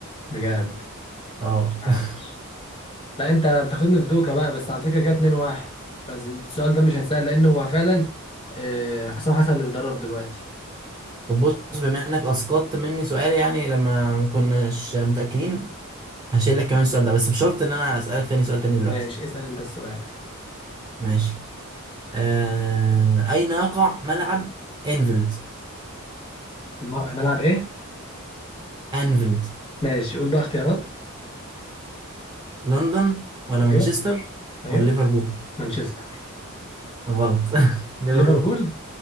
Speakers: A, on the left (about 25°); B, on the right (about 20°).
A: بجد
B: اه <laughs>
A: عاش لا انت بتاخدني في دوكا بقى بس على فكره كده 2 1 بس السؤال ده مش هيتسال لانه هو فعلا آه، حسام حسن اللي بيدرب دلوقتي
B: طب بص بما إنك أسقطت مني سؤال يعني لما ما كناش متأكدين هشيل لك كمان السؤال ده بس بشرط إن أنا أسألك تاني سؤال تاني دلوقتي
A: ماشي اسال انت السؤال
B: ماشي آه... أين يقع ملعب أنفيلد
A: الم- ملعب ايه
B: أنفيلد
A: ماشي قول بقى اختيارات
B: لندن ولا
A: ايوه
B: مانشستر
A: ايوه
B: ولا ليفربول
A: مانشستر
B: غلط <laughs> ليفربول
A: ليفربول